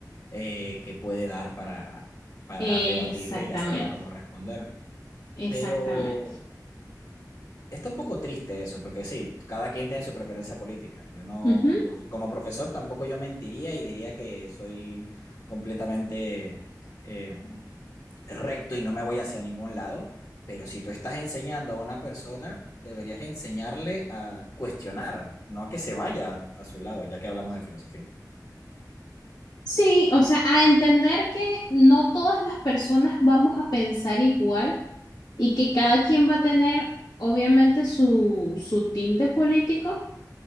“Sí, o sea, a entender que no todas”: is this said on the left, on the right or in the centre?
Left